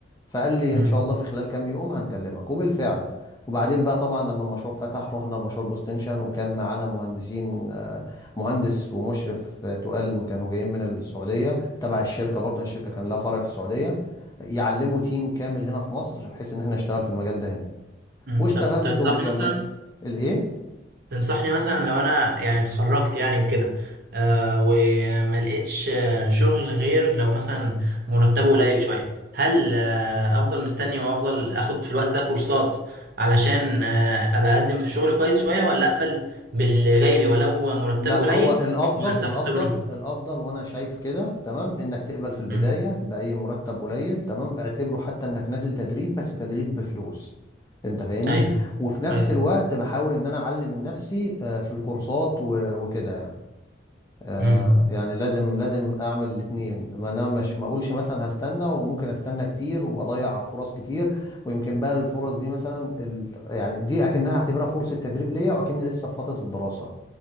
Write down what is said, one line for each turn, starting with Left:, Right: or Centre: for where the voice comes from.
Left: فقال لي
Right: مم.
Left: ان شاء الله في خلال كام يوم هنكلمك وبالفعل وبعدين بقى طبعا لما المشروع فتح رحنا مشروع بوستنشن وكان معانا مهندسين آه، مهندس ومشرف آه، تقال كانوا جايين من السعودية تبع الشركة برضه يعني الشركة كان لها فرع في السعودية يعلموا تيم كامل هنا في مصر بحيث ان احنا نشتغل في المجال ده هنا
Right: مم.
Left: واشتغلت
Right: طب تنصحني
Left: وكملت
Right: مثلا
Left: الايه
Right: تنصحني مثلا لو انا يعني اتخرجت يعني وكده آه وما لقيتش آه، شغل غير لو مثلا مرتبه قليل شويه هل آه افضل مستني وافضل اخد في الوقت ده كورسات علشان آه ابقى اقدم في شغل كويس شويه ولا اقبل باللي جاي لي ولو مرتبه
Left: لا
Right: قليل
Left: هو الافضل
Right: واستفاد
Left: الافضل
Right: خبره
Left: الافضل وانا شايف كده تمام انك تقبل في البداية
Right: مم.
Left: بأي مرتب قليل تمام اعتبره حتى انك نازل تدريب بس تدريب بفلوس انت فاهمني
Right: ايوه
Left: وفي نفس
Right: ايوه
Left: الوقت بحاول ان انا اعلم من نفسي آه، في الكورسات و- وكده يعني آه
Right: امم
Left: يعني لازم لازم اعمل الاثنين ما انا مش ما اقولش مثلا هستنى وممكن استنى كتير واضيع فرص كتير ويمكن بقى الفرص دي مثلا ال... يعني دي اكنها هعتبرها فرصه تدريب ليا واكني لسه في فتره الدراسه